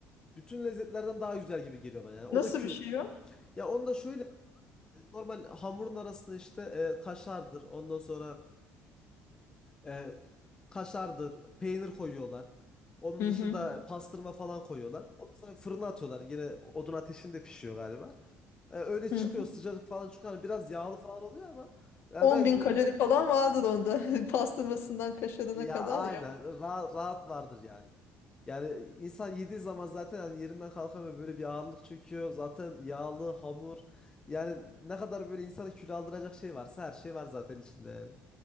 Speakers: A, on the left (about 20°); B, on the left (about 60°).
A: bütün lezzetlerden daha güzel gibi geliyor bana. Yani o
B: Nasıl
A: da kü
B: bir şey o?
A: ya onu da şöyle e, normal hamurun arasında işte e, kaşardır. Ondan sonra e, kaşardır, peynir koyuyorlar. Onun
B: Hı
A: dışında
B: hı.
A: pastırma falan koyuyorlar. Ondan sonra fırına atıyorlar. Yine odun ateşinde pişiyor galiba. E, öyle
B: Hı.
A: çıkıyor sıcacık falan çıkıyor. Hani biraz yağlı falan oluyor ama ya
B: 10
A: bence
B: bin kalori falan vardır onda.
A: e,
B: <laughs> Pastırmasından kaşarına
A: ya
B: kadar.
A: aynen
B: Ya,
A: ra- rahat vardır yani. Yani insan yediği zaman zaten hani yerinden kalkamıyor böyle bir ağırlık çöküyor. Zaten yağlı, hamur. Yani ne kadar böyle insanı kilo aldıracak şey varsa her şey var zaten içinde yani.